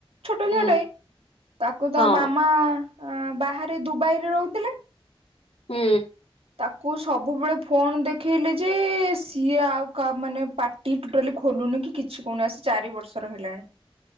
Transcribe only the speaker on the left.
ହୁଁ
ହଁ
ହୁଁ।